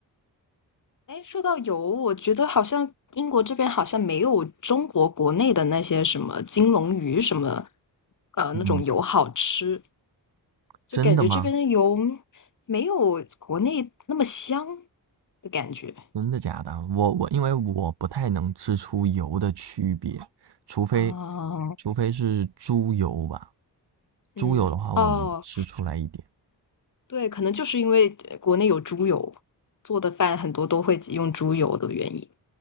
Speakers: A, on the left; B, on the right.
A: 哎，说到油，我觉得好像英国这边好像没有中国国内的那些什么金龙鱼什么，呃，
B: 嗯，
A: 那种油好吃，就感觉这边的油没有国内那么香
B: 真的吗？
A: 的感觉
B: 真的假的？我我因为我不太能吃出油的区别，除非
A: 啊。
B: 除非是猪油吧。
A: 嗯，
B: 猪油的话，
A: 哦，
B: 我能吃出来一点。
A: 对，可能就是因为呃国内有猪油，做的饭很多都会用猪油的原因。